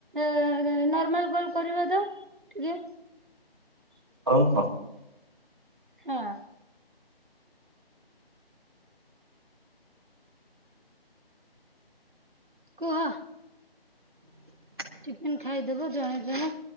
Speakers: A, on the right (about 55°); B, on the right (about 25°).
A: ଏଁ ନର୍ମାଲ କଲ କରିବ ତ? ଟିକେ
B: ହଁ ହଁ।
A: ହଁ। କୁହ।
B: <inaudible>
A: ଚିକେନ ଖାଇଦବ ଜଣେ ଜଣେ।